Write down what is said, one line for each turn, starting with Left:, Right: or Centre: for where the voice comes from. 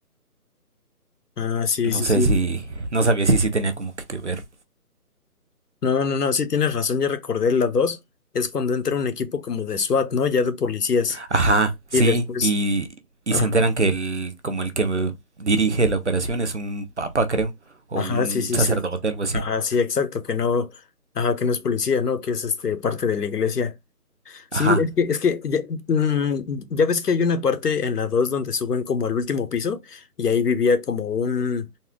Left: Ah, sí,
Right: no
Left: sí,
Right: sé
Left: sí.
Right: si, no sabía si sí tenía como que, que ver
Left: No, no, no, sí tienes razón, ya recordé la dos, es cuando entra un equipo como de SWAT, ¿no? Ya de policías.
Right: Ajá, sí,
Left: Y después,
Right: y, y
Left: ajá,
Right: se enteran que el, como el que dirige la operación es un papa, creo, o
Left: ajá,
Right: un
Left: sí, sí,
Right: sacerdote,
Left: sí.
Right: algo así.
Left: Ajá, sí, exacto, que no, ajá, que no es policía, ¿no? Que es este parte de la iglesia. Sí,
Right: Ajá.
Left: es que, es que ya, mm, ya ves que hay una parte en la 2 donde suben como al último piso y ahí vivía como un